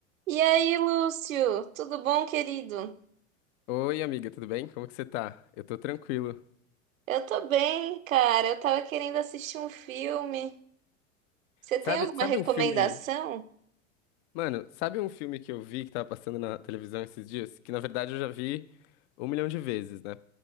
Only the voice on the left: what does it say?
Oi, amiga, tudo bem? Como que você tá? Eu tô tranquilo.
Sabe,
sabe
um filme, mano, sabe um filme que eu vi que tava passando na televisão esses dias? Que na verdade eu já vi um milhão de vezes, né?